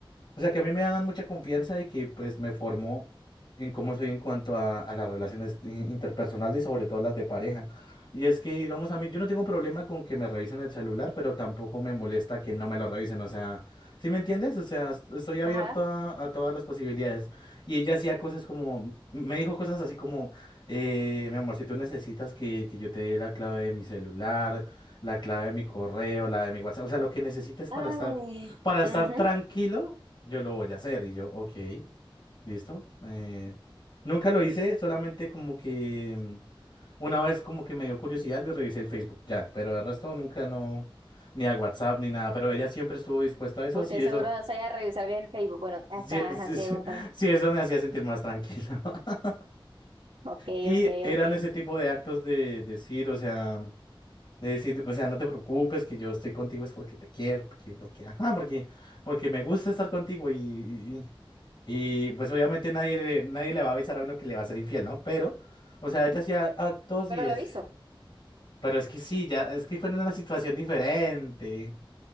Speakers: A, on the left; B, on the right.
A: O sea, que a mí me daban mucha confianza y que pues me formó en cómo soy en cuanto a, a las relaciones in- interpersonales, sobre todo las de pareja. Y es que, digamos, a mí yo no tengo problema con que me revisen el celular, pero tampoco me molesta que no me lo revisen. O sea, ¿sí me entiendes? O sea, es- estoy abierto
B: Ajá.
A: a, a todas las posibilidades. Y ella hacía cosas como, me dijo cosas así como, eh, mi amor, si tú necesitas que, que yo te dé la clave de mi celular, la clave de mi correo, la de mi WhatsApp, o sea, lo que necesites para
B: Ay.
A: estar, para
B: ujú.
A: estar tranquilo yo lo voy a hacer. Y yo, ok, listo. Eh, nunca lo hice, solamente como que mm, una vez como que me dio curiosidad y revisé el Facebook, ya, pero el resto nunca no, ni a WhatsApp ni nada, pero ella siempre estuvo dispuesta a eso,
B: Usted
A: si
B: seguro
A: eso,
B: no sabía revisar bien el Facebook. Bueno, ahí
A: si,
B: está, ajá,
A: si-
B: sigue
A: si-
B: contando.
A: si <laughs> eso me hacía sentir más tranquilo. <laughs>
B: Ok,
A: Y
B: ok,
A: eran
B: ok.
A: ese tipo de actos de decir, o sea... De decir, o sea, no te preocupes que yo estoy contigo es porque te quiero, porque, porque, ajá, porque, porque me gusta estar contigo y, y, y, y, pues obviamente nadie le, nadie le va a avisar a uno que le va a ser infiel, ¿no? Pero, o sea, ella hacía actos
B: Pero
A: y es,
B: lo hizo.
A: pero es que sí, ya, es que fue en una situación diferente.